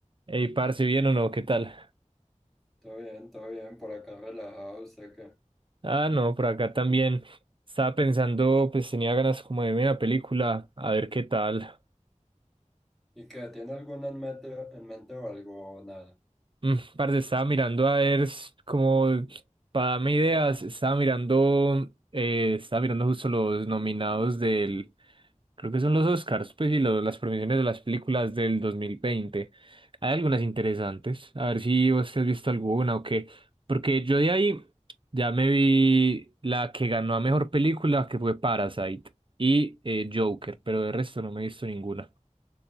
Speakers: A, on the right (about 40°); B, in the centre.
A: Ey, parce, ¿bien o no? ¿Qué tal?
B: Todo bien, todo bien, por acá relajado, sé que.
A: Ah, no, por acá también. Estaba pensando, pues tenía ganas como de ver una película, a ver qué tal.
B: ¿Y qué? ¿Tiene alguna en mente, en mente o algo o nada?
A: Mm, parce, estaba mirando a ver, s- como para darme ideas, estaba mirando, eh, estaba mirando justo los nominados del, creo que son los Oscars, pues, y lo- las premiaciones de las películas del dos mil veinte Hay algunas interesantes, a ver si vos te has visto alguna o qué, porque yo de ahí ya me vi la que ganó a mejor película, que fue Parasite, y eh, Joker, pero de resto no me he visto ninguna.